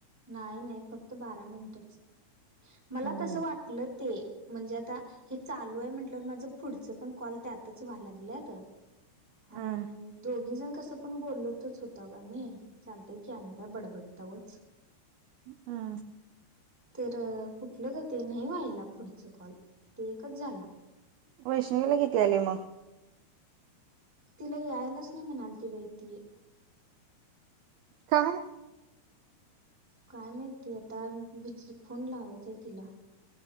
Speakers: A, in the centre; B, on the right.
A: नाही नाही फक्त बारा मिनिटच मला
B: हम्म
A: तस वाटलं ते. म्हणजे आता हे चालू आहे म्हटलंवर माझ पुढच पण कॉल त्यातच व्हायला लागलं आता. आणि
B: हम्म
A: दोघी जण कसं पण बोलतच होत गमही चालतय की आम्ही काय बडबड. तवच..
B: हं..
A: तर कुठलं ग ते नाही व्हायला पुढचा कॉल ते एकच झाला..
B: वैष्णवीला किती आले मग..
A: तिला यायलाच नाही म्हणाल त बाहिती..
B: का..
A: काय माहितीय आताच फोन लावायचांय तिला..